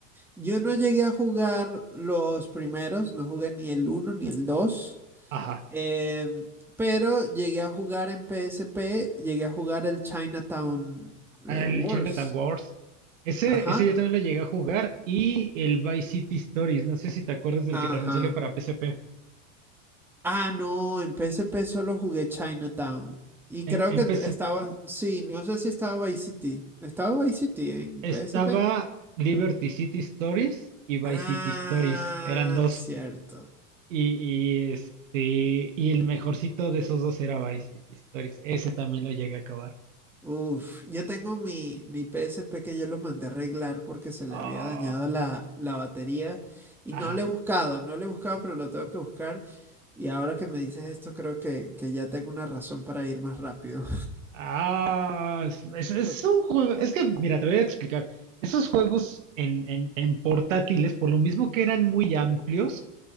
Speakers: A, in the centre; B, on the right.
A: yo no llegué a jugar los primeros, no jugué ni el uno ni el dos
B: Ajá,
A: Eh, pero llegué a jugar en PSP, llegué a jugar el Chinatown
B: el
A: eh, Wars.
B: Chinatown Wars. Ese,
A: Ajá,
B: ese yo también lo llegué a jugar y el Vice City Stories, no sé si te acuerdas del
A: ajá.
B: que también salió para PSP.
A: Ah, no, en PSP solo jugué Chinatown. Y
B: En,
A: creo
B: en
A: que t-
B: PSP.
A: estaba, sí, no sé si estaba Vice City. ¿Estaba Vice City en
B: Estaba
A: PSP?
B: Liberty City Stories y Vice
A: Ah,
B: City Stories, eran dos.
A: cierto.
B: Y, y este, y el mejorcito de esos dos era Vice City Stories. Ese también lo llegué a acabar.
A: Uf, yo tengo mi, mi P S P que yo lo mandé a arreglar porque se le
B: Ah,
A: había dañado la, la batería y
B: Ajá.
A: no le he buscado, no le he buscado, pero lo tengo que buscar. Y ahora que me dices esto, creo que, que ya tengo una razón para ir más rápido.
B: Ah, es, es- es
A: <laughs>
B: un juego. Es que, mira, te voy a explicar. Esos juegos en, en, en portátiles, por lo mismo que eran muy amplios,